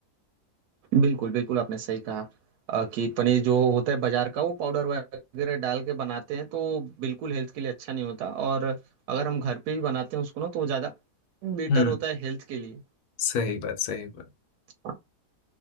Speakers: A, on the right; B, on the left.
A: बिल्कुल बिल्कुल आपने सही कहा अ, कि पनीर जो होता है बाजार का वो पाउडर वगैरह डाल के बनाते हैं तो वो बिल्कुल हेल्थ के लिए अच्छा नहीं होता और अगर हम घर पे ही बनाते हैं उसको ना तो वो ज़्यादा बेटर
B: हम्म
A: होता है हेल्थ के लिए
B: सही बात सही बात
A: हाँ,